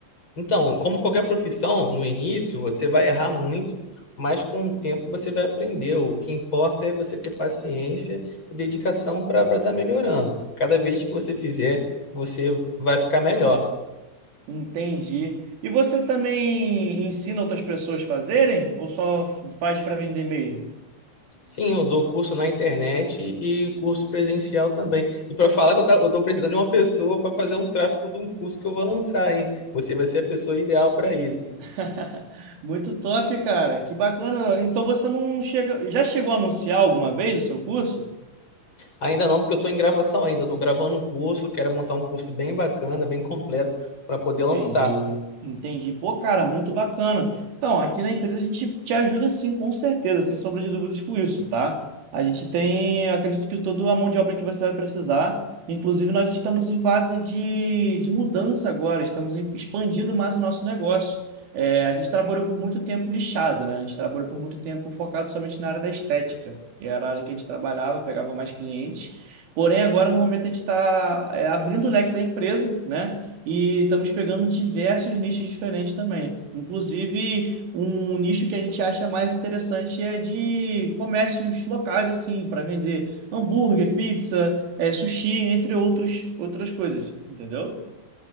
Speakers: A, on the left; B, on the right.
A: Então, como qualquer profissão, no início você vai errar muito, mas com o tempo você vai aprender. O que importa é você ter paciência e dedicação para estar melhorando. Cada vez que você fizer, você vai ficar melhor.
B: Entendi. E você também ensina outras pessoas a fazerem? Ou só faz pra vender mesmo?
A: Sim, eu dou curso na internet e curso presencial também. E para falar que eu estou precisando de uma pessoa para fazer um tráfego de um curso que eu vou lançar, hein? Você vai ser a pessoa ideal para isso.
B: <laughs> Muito top, cara. Que bacana. Então você não chega. Já chegou a anunciar alguma vez o seu curso?
A: Ainda não, porque eu estou em gravação ainda. Estou gravando um curso, quero montar um curso bem bacana, bem completo, para poder
B: Entendi,
A: lançar.
B: entendi. Pô, cara, muito bacana. Então, aqui na empresa a gente te ajuda sim, com certeza, sem sombra de dúvidas com isso, tá? A gente tem, acredito que toda a mão de obra que você vai precisar. Inclusive, nós estamos em fase de, de mudança agora, estamos em- expandindo mais o nosso negócio. É, a gente trabalhou por muito tempo nichado, né? A gente trabalhou por muito tempo focado somente na área da estética. E era a área que a gente trabalhava, pegava mais clientes. Porém, agora no momento a gente está abrindo o leque da empresa, né? E estamos pegando diversos nichos diferentes também. Inclusive, um nicho que a gente acha mais interessante é de comércios locais, assim, para vender hambúrguer, pizza, eh, sushi, entre outros, outras coisas, entendeu?